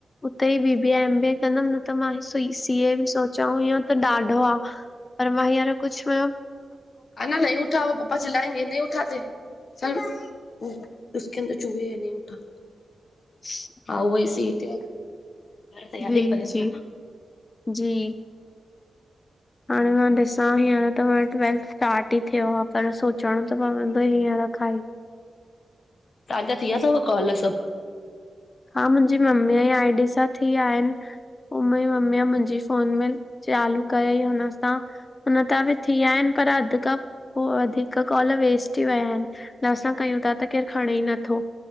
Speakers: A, on the left; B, on the left.
A: उते ई B B A M BA कंदमि न त मां सी ए बि सोचियां हअं हुत त ॾाढो आ। पर मां हींअर कुझु ॿियो
B: ह न न उठा पपा चिलाइंगे न उठाते चल उक अंदर चूह हे नहीं उठा।
A: <inaudible>
B: हा उह ई सी ई टी तैयारी
A: जी
B: करनि
A: जी
B: था न
A: जी। हाणे मां ॾिसां ह हाण त मुंहिंजो ट्वेल्थ स्टार्ट ई थियो आ। पर सोचणो त पवंदो हीअं र खाई।
B: तहांजा थी वया अथव कॉल सभु?
A: हा मुंहिंजी मम्मीअ जे आई डी सां थी आया आहिनि पोइ मुंहिंजी मम्मीअ मुंहिंजी फोन में। चालू कयई हुन सां हुन त बि थी विया आहिनि पर अध कप। उ वधीक कॉल वेस्ट थी विया आहिनि न असां कयूं था त केरु खणे ई नथो।